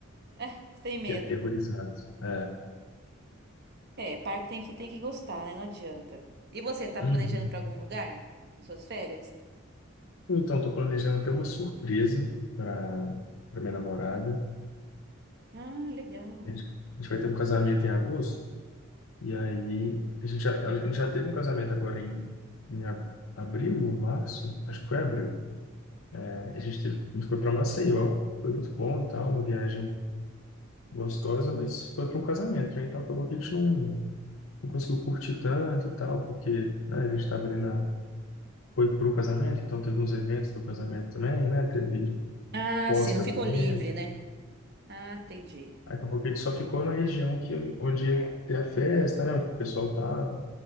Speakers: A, on the right (about 50°); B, on the left (about 75°).
A: É, você tem medo.
B: fiquei aterrorizado. É.
A: É, parque tem que, tem que gostar, né? Não adianta. E você, tá
B: Uhum.
A: planejando pra algum lugar? Nas suas férias?
B: Então, estou planejando até uma surpresa para para minha namorada.
A: Ah, legal.
B: A gente, a gente vai ter um casamento em agosto, e aí a gente já, a gente já teve um casamento agora em, em ab- abril ou março? Acho que foi abril. É, A gente teve, a gente foi para Maceió, foi muito bom e tal, uma viagem gostosa, mas foi para um casamento, né? Então acabou que a gente não, não conseguiu curtir tanto e tal, porque né, a gente estava ali na. Foi pro casamento, então teve uns eventos do casamento também, né? Teve
A: Ah,
B: pós-casamento.
A: sim, não ficou livre, né? Ah, entendi.
B: Aí acabou que a gente só ficou na região que, onde ia ter a festa, né? Onde o pessoal tava.